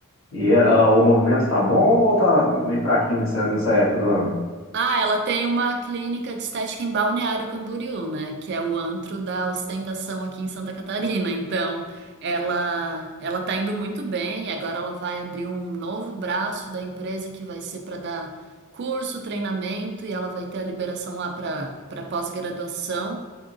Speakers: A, on the left; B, on the right.
A: E ah, o movimento tá bom ou tá meio fraquinho nessa, nessa época do ano?
B: Ah, ela tem uma clínica de estética em Balneário Camboriú, né? Que é o antro da ostentação aqui em Santa Catarina. Então, ela ela tá indo muito bem. Agora ela vai abrir um novo braço da empresa que vai ser para dar curso, treinamento e ela vai ter a liberação lá para para pós-graduação.